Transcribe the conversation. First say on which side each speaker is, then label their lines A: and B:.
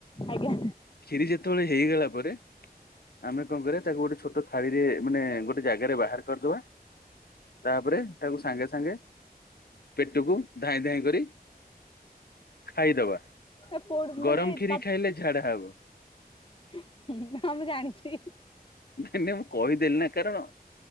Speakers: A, on the left; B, on the left.
A: ଆଜ୍ଞା
B: କ୍ଷୀରି ଯେତେବେଳେ ହେଇଗଲା ପରେ ଆମେ କଣ କରିବା ତାକୁ ଗୋଟେ ଛୋଟ ଥାଳିରେ ମାନେ ଗୋଟେ ଜାଗାରେ ବାହାର କରିଦବା ତାପରେ ତାକୁ ସାଙ୍ଗେ ସାଙ୍ଗେ ପେଟୁକୁ ଧାଇଁ ଧାଇଁ କରି ଖାଇଦବା।
A: ଏ ପୋଡ଼
B: ଗରମ
A: ମାନେ
B: କ୍ଷୀରି
A: ତା
B: ଖାଇଲେ ଝାଡା ହବ।
A: ହୁଁ ହୁଁ ହଁ ମୁଁ ଜାଣିଛି।
B: ନାଇଁ ନାଇଁ ମୁଁ କହିଦେଲି ନା କାରଣ